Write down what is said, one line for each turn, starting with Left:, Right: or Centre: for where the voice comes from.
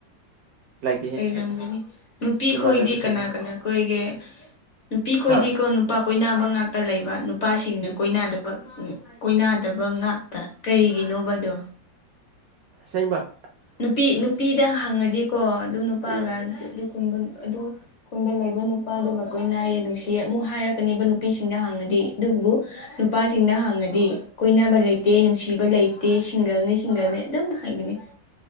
Right: ꯂꯩꯇꯦꯍꯦ
Left: ꯂꯩꯔꯝꯒꯅꯤ
Right: ꯑꯩ
Left: ꯅꯨꯄꯤ
Right: ꯅꯃꯥꯟꯅꯕꯁꯤꯡꯗꯣ
Left: ꯈꯣꯏꯗꯤ ꯀꯅꯥ ꯀꯅꯥꯈꯣꯏꯒꯤ ꯅꯨꯄꯤ ꯈꯣꯏꯗꯤꯀꯣ
Right: ꯍꯥ
Left: ꯅꯨꯄꯥ ꯀꯣꯏꯅꯕ ꯉꯥꯛꯇ ꯂꯩꯕ ꯅꯨꯄꯥꯁꯤꯡꯅ
Right: ꯎꯝ
Left: ꯀꯣꯏꯅꯗꯕ ꯀꯣꯏꯅꯗꯕ ꯉꯥꯛꯇ ꯀꯩꯒꯤꯅꯣꯕꯗꯣ
Right: ꯁꯦꯡꯕ
Left: ꯅꯨꯄꯤ ꯅꯨꯄꯤꯗ ꯍꯪꯉꯗꯤꯀꯣ ꯑꯗꯨ ꯅꯨꯄꯥꯒ
Right: ꯎꯝ
Left: ꯑꯗꯨ ꯈꯨꯟꯕꯨ ꯑꯗꯨ ꯈꯨꯟꯗ ꯂꯩꯕ ꯅꯨꯄꯥ ꯑꯗꯨꯒ ꯀꯈꯣꯏ ꯅꯥꯏꯌꯦ ꯅꯨꯡꯁꯤꯌꯦ ꯑꯃꯨꯛ ꯍꯥꯏꯔꯛꯀꯅꯦꯕ ꯅꯨꯄꯤꯁꯤꯡꯗ ꯍꯥꯡꯉꯗꯤ ꯑꯗꯨ ꯑꯗꯨꯕꯨ ꯅꯨꯄꯥꯁꯤꯡꯅ ꯍꯪꯉꯗꯤ ꯀꯣꯏꯅꯕ ꯂꯩꯇꯦ ꯅꯨꯡꯁꯤꯕ ꯂꯩꯇꯦ ꯁꯤꯡꯒꯜꯅꯤ ꯁꯤꯡꯒꯜꯅꯤ ꯍꯥꯏꯒꯅꯦ